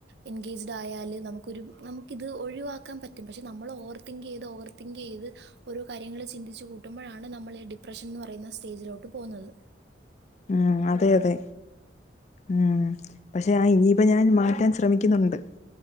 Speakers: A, on the right (about 60°); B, on the left (about 40°).
A: എൻഗേജ്ഡ് ആയാല് നമുക്കൊരു നമുക്കിത് ഒഴിവാക്കാൻ പറ്റും പക്ഷെ നമ്മൾ ഓവർ തിങ്ക് ചെയ്ത് ഓവർ തിങ്ക് ചെയ്ത് ഓരോ കാര്യങ്ങള് ചിന്തിച്ച് കൂട്ട കൂട്ടുമ്പോഴാണ് നമ്മൾ ഡിപ്രഷൻ എന്ന് പറയുന്ന സ്റ്റേജിലോട്ട് പോകുന്നത്
B: ഉം അതെ അതെ ഉം പക്ഷെ ആ ഇനിയിപ്പ ഞാൻ മാറ്റാൻ ശ്രമിക്കുന്നുണ്ട്